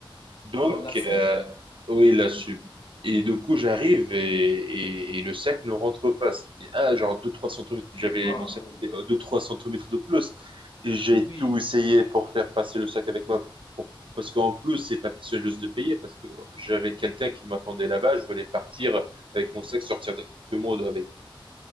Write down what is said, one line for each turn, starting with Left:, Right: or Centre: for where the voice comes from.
Right: Donc,
Left: Oh, la soupe,
Right: euh, oui, là sup. Et du coup, j'arrive et, et, et le sac ne rentre pas. C'était ah, genre deux trois centimètres.
Left: c'est
Right: J'avais
Left: pas
Right: mon sac
Left: vrai.
Right: était euh, deux trois centimètres de plus. Et j'ai
Left: Oui,
Right: tout essayé pour faire passer le sac avec moi. Pour- Parce qu'en plus, c'est pas question juste de payer. Parce que j'avais quelqu'un qui m'attendait là-bas. Je voulais partir avec mon sac, sortir directement avec